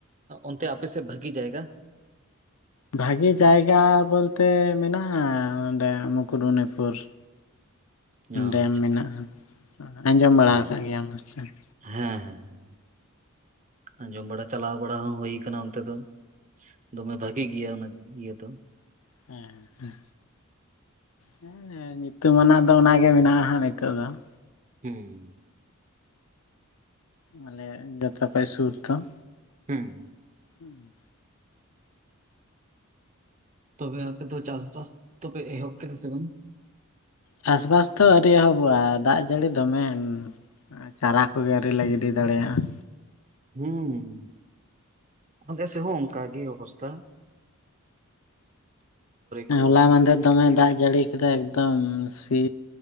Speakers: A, on the right; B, on the left.
A: ᱚᱱᱛᱮ ᱟᱯᱮ ᱥᱮᱫ ᱵᱷᱟᱹᱜᱤ ᱡᱟᱭᱜᱟ?
B: ᱵᱷᱟᱜᱤ ᱡᱟᱭᱜᱟ ᱵᱚᱞᱛᱮ ᱢᱮᱱᱟᱜᱼᱟ ᱚᱸᱰᱮ ᱢᱩᱠᱩᱴᱵᱩᱱᱤᱯᱩᱨ ᱾
A: ᱚ
B: ᱰᱮᱢ
A: ᱟᱪᱪᱷᱟ
B: ᱢᱮᱱᱟᱜᱼᱟ
A: ᱟᱪᱪᱷᱟ
B: ᱟᱸᱡᱚᱢ ᱵᱟᱲᱟ
A: ᱚ
B: ᱟᱠᱟᱫ ᱜᱮᱭᱟ ᱯᱟᱪᱮ ᱾
A: ᱦᱮᱸ ᱟᱸᱡᱚᱢ ᱵᱟᱲᱟ ᱪᱟᱞᱟᱣ ᱵᱟᱲᱟ ᱦᱚᱸ ᱦᱩᱭ ᱟᱠᱟᱱᱟ ᱚᱱᱛᱮ ᱫᱚ ᱾ ᱫᱚᱢᱮ ᱵᱷᱟᱜᱤ ᱜᱮᱭᱟ ᱚᱱᱟ ᱤᱭᱟᱹ ᱫᱚ ᱾
B: ᱦᱮᱸᱦᱮᱸ ᱦᱮᱸ ᱧᱩᱛᱩᱢᱟᱱᱟᱜ ᱫᱚ ᱚᱱᱟᱜᱮ ᱢᱮᱱᱟᱜᱼᱟ ᱦᱟᱸᱜ ᱱᱤᱛᱚᱜ ᱫᱚ ᱾
A: ᱦᱩᱸ
B: ᱟᱞᱮ ᱡᱚᱛᱚ ᱠᱷᱚᱱᱚᱡ ᱥᱩᱨ ᱫᱚ ᱾
A: ᱦᱮᱸ
B: ᱦᱩᱸ
A: ᱛᱚᱵᱮ ᱟᱯᱮ ᱫᱚ ᱪᱟᱥᱵᱟᱥ ᱛᱚᱯᱮ ᱮᱦᱚᱵᱚᱜ ᱥᱮ ᱵᱟᱝ?
B: ᱪᱟᱥᱵᱟᱥ ᱫᱚ ᱟᱹᱰᱤ ᱮᱦᱚᱵᱚᱜᱼᱟ ᱫᱟᱜ ᱡᱟᱹᱲᱤ ᱫᱚᱢᱮᱱ ᱾ ᱪᱟᱨᱟ ᱠᱚᱜᱮ ᱟᱹᱣᱨᱤ ᱞᱮ ᱜᱤᱰᱤ ᱫᱟᱲᱮᱭᱟᱜᱼᱟ ᱾
A: ᱦᱩᱸ, ᱟᱞᱮ ᱥᱮᱫ ᱚᱱᱠᱟᱜ ᱜᱮ ᱚᱵᱚᱥᱛᱷᱟ ᱾ ᱠᱚ
B: ᱦᱚᱞᱟ ᱢᱟᱫᱮᱨ ᱫᱚᱢᱮ ᱫᱟᱜ ᱡᱟᱹᱲᱤ ᱮᱠᱫᱢᱮ ᱥᱤ